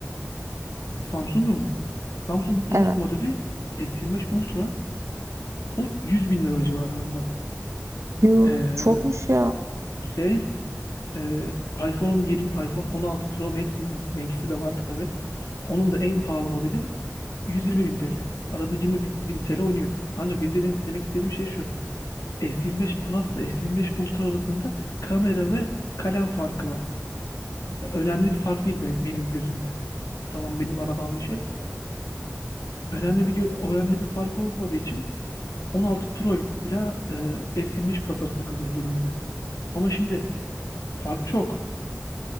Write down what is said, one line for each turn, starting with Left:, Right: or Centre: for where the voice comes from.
Left: Samsung'un mu? Samsung
Right: Evet.
Left: en üst modeli S25 Ultra. O 100 bin lira civarında.
Right: Yuh
Left: Ee,
Right: çokmuş ya.
Left: şey Ee, iPhone'un 20 iPhone 16 Pro Max'in Max'i de var tabii. Onun da en pahalı modeli 120 bin TL. Arada 20 bin TL oynuyor. Ancak benim dediğim, demek istediğim şey şu. S25 Plus ile S25 Ultra arasında kamera ve kalem farkı var. E, Önemli bir fark değil ben- benim gözümde. Tamam beni bana bağlı bir şey. Önemli bir gö- önemli bir fark olmadığı için 16 Pro ile e, S25 Plus arasında kalıyorum dediğim gibi. Ama şimdi fark çok.